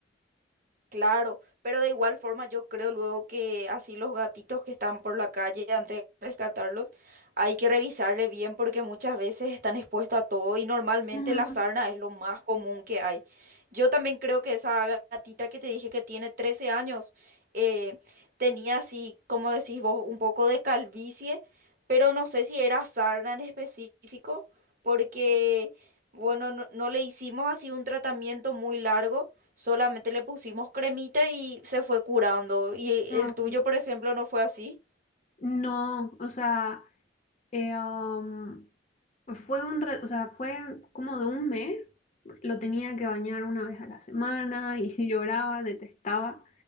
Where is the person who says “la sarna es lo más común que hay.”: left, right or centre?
Right